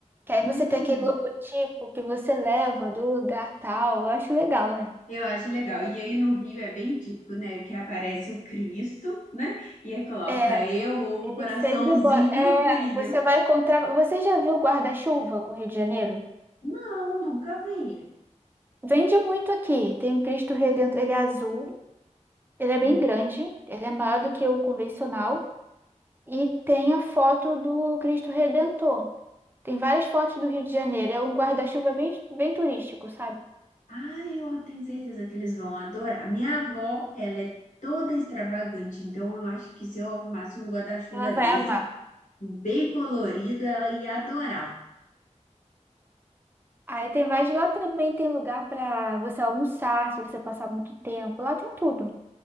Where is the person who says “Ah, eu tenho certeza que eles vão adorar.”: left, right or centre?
Left